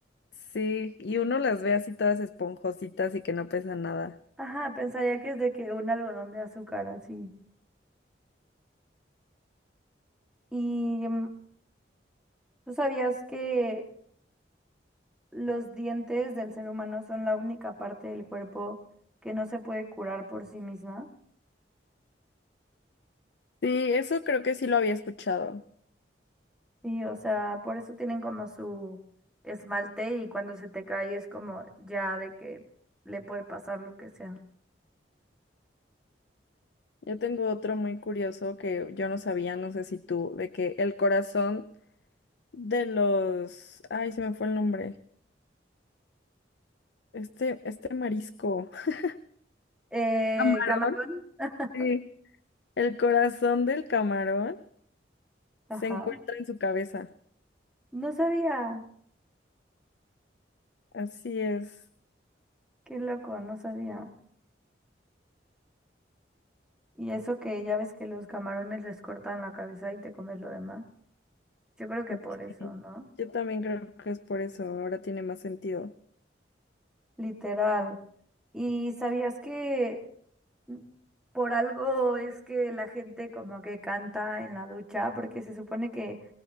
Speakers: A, on the left; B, in the centre.
A: Sí, y uno las ve así todas esponjositas y que no pesan nada.
B: Ajá, pensaría que es de que un algodón de azúcar así. ¿Y mm, tú sabías que los dientes del ser humano son la única parte del cuerpo que no se puede curar por sí misma?
A: Sí, eso creo que sí lo había escuchado.
B: Sí, o sea, por eso tienen como su esmalte y cuando se te cae es como ya de que le puede pasar lo que sea.
A: Yo tengo otro muy curioso que yo no sabía, no sé si tú, de que el corazón de los, ay, se me fue el nombre. Este, este marisco. <laughs>
B: Eh,
A: Camarón.
B: camarón. <laughs>
A: Sí. El corazón del camarón
B: Ajá.
A: se encuentra en su cabeza.
B: No sabía.
A: Así es.
B: Qué loco, no sabía. Y eso que ya ves que los camarones les cortan la cabeza y te comes lo demás. Yo creo que
A: Sí.
B: por eso, ¿no?
A: Yo también creo que es por eso. Ahora tiene más sentido.
B: Literal. ¿Y sabías que n- por algo es que la gente como que canta en la ducha? Porque se supone que